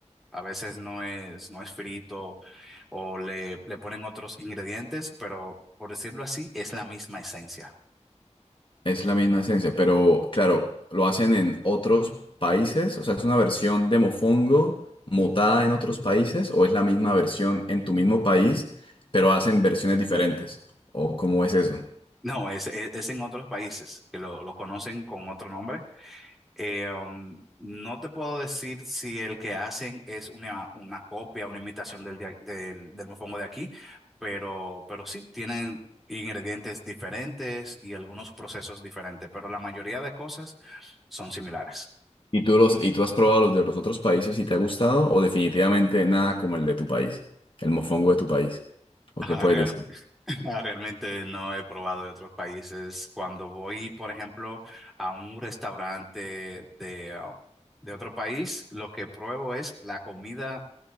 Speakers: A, in the centre; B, on the left (about 45°).
A: A veces no es, no es frito o le, le ponen otros ingredientes, pero por decirlo así, es la misma esencia.
B: Es la misma esencia, pero claro, lo hacen en otros países, o sea, ¿es una versión de mofongo mutada en otros países o es la misma versión en tu mismo país, pero hacen versiones diferentes? ¿O cómo es eso?
A: No, es, es, es en otros países que lo, lo conocen con otro nombre. Eh, um, no te puedo decir si el que hacen es una, una copia, una imitación del, de- del, del mofongo de aquí, pero, pero sí, tienen ingredientes diferentes y algunos procesos diferentes, pero la mayoría de cosas son similares.
B: ¿Y tú los, y tú has probado los de los otros países y te ha gustado o definitivamente nada como el de tu país, el mofongo de tu país? ¿O
A: Ajá,
B: qué puedes
A: real-
B: decir?
A: <laughs> Ah, realmente no he probado de otros países. Cuando voy, por ejemplo, a un restaurante de, ah, de otro país, lo que pruebo es la comida